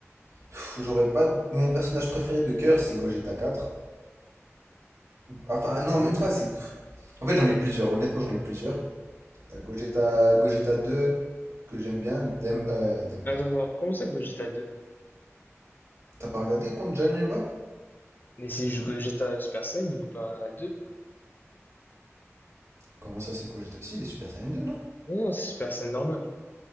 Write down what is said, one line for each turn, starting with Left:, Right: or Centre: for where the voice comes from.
Right: Pff, J'aurais pas. Mon personnage préféré de cœur, c'est Gogeta 4. Enfin, ah
Left: Mhm.
Right: non, même pas. C'est... En fait, j'en ai plusieurs. Honnêtement, j'en ai plusieurs. T'as Gogeta... Gogeta 2, que j'aime bien. Dem... euh, Demba.
Left: Attends, attends, comment ça que GTA deux
Right: T'as pas regardé contre Janemba?
Left: Mais si je que GTA Super Saiyan, il est pas deux
Right: Comment ça, c'est Gogeta? Si, il est Super Saiyan 2, non?
Left: Non, non, c'est Super Saiyan normal.